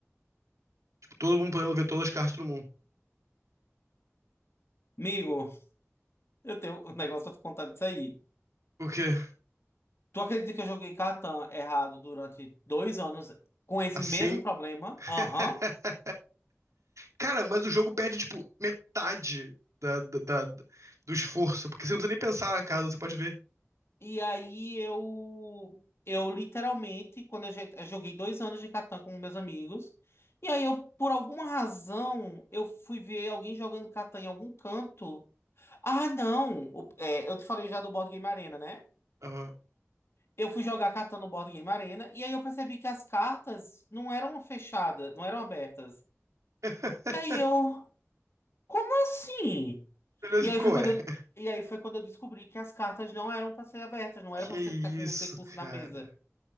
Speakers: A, on the right (about 85°); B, on the left (about 55°).
A: Tipo, todo mundo podendo ver todas as cartas do mundo.
B: Amigo, eu tenho um negócio pra te contar disso aí.
A: Porque
B: Tu acredita que eu joguei Catan errado durante dois anos com esse
A: assim.
B: mesmo problema?
A: <laughs>
B: Aham.
A: Cara, mas o jogo perde, tipo, metade da, da- da- do esforço, porque você não precisa nem pensar na casa, você pode ver.
B: E aí eu, eu literalmente, quando eu, jo- eu joguei dois anos de Catan com meus amigos, e aí eu, por alguma razão, eu fui ver alguém jogando Catan em algum canto. Ah, não! O- é, eu te falei já do Board Game Arena, né?
A: Aham.
B: Eu fui jogar cartão no Board Game Arena e aí eu percebi que as cartas não eram fechadas, não eram abertas.
A: <laughs>
B: E aí eu, como assim?
A: Beleza,
B: E aí
A: ficou,
B: foi
A: ué.
B: quando
A: <laughs>
B: eu, e aí foi quando eu descobri que as cartas não eram para ser abertas, não
A: Que
B: era para
A: isso,
B: você ficar com os recursos na
A: cara.
B: mesa.